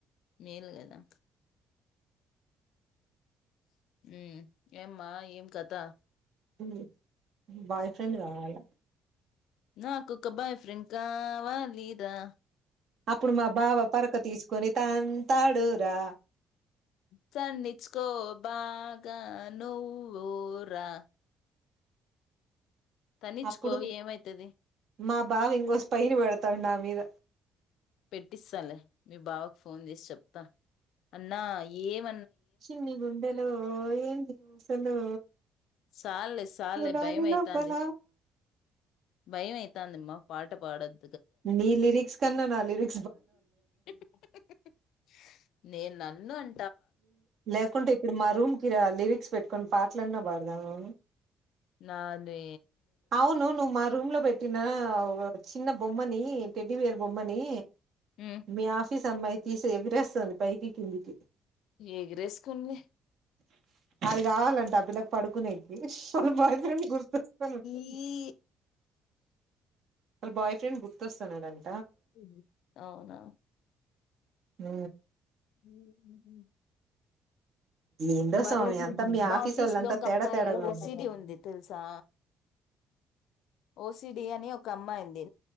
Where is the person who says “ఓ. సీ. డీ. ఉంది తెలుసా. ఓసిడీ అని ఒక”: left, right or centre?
Left